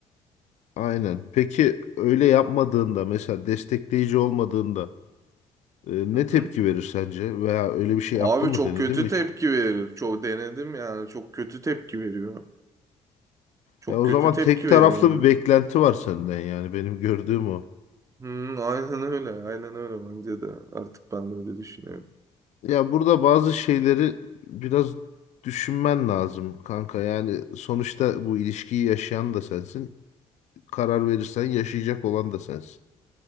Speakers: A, on the left; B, on the right.
A: aynen. Peki öyle yapmadığında mesela destekleyici olmadığında e, ne
B: Hı hı.
A: tepki verir sence? Veya öyle bir şey yaptın
B: Abi
A: mı
B: çok
A: denedin
B: kötü
A: mi
B: tepki
A: hiç?
B: verir. Çok denedim yani. Çok kötü tepki veriyor. Çok
A: Ya o
B: kötü
A: zaman
B: tepki
A: tek taraflı
B: veriyor
A: bir
B: yani.
A: beklenti var senden yani benim gördüğüm o.
B: Hı, aynen öyle. Aynen öyle bence de. Artık ben de öyle düşünüyorum.
A: Ya burada bazı şeyleri biraz düşünmen lazım kanka. Yani sonuçta bu ilişkiyi yaşayan da sensin. Karar verirsen yaşayacak olan da sensin.